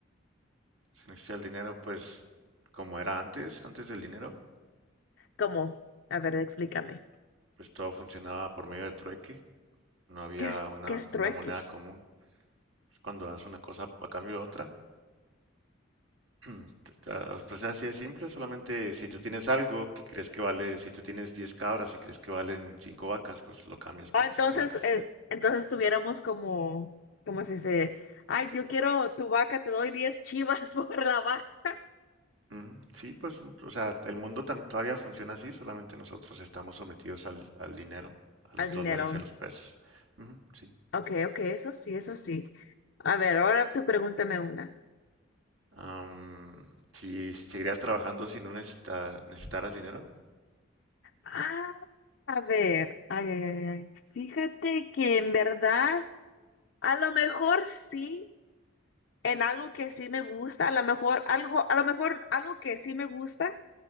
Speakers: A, on the right (about 80°); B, on the left (about 60°).
A: Si no existía el dinero, pues como era antes, antes del dinero,
B: ¿Cómo? A ver, explícame.
A: pues todo funcionaba por medio de trueque. No había
B: ¿Qué es,
A: una,
B: qué es trueque?
A: una moneda común. Pues, cuando das una cosa a cambio de otra, <clears throat> te- te- pues así de simple. Solamente si tú tienes algo que crees que vale, si tú tienes 10 cabras y crees que valen 5 vacas, pues lo cambias por
B: Ah, entonces,
A: las 5 vacas.
B: eh, entonces tuviéramos como, como si se, ay, yo quiero tu vaca, te doy 10 chivas <laughs> por la vaca.
A: Ujú, Sí, pues, mm, o sea, el mundo tam- todavía funciona así, solamente nosotros estamos sometidos al, al dinero, a
B: Al
A: los
B: dinero.
A: dólares y a los pesos. Ujú, sí.
B: Ok, ok, eso sí, eso sí. A ver, ahora tú pregúntame una.
A: Am, si seguirías trabajando si no necesita- necesitaras dinero?
B: Ah, a ver, ay, ay, ay, ay. Fíjate que en verdad, a lo mejor sí, en algo que sí me gusta, a lo mejor algo, a lo mejor algo que sí me gusta,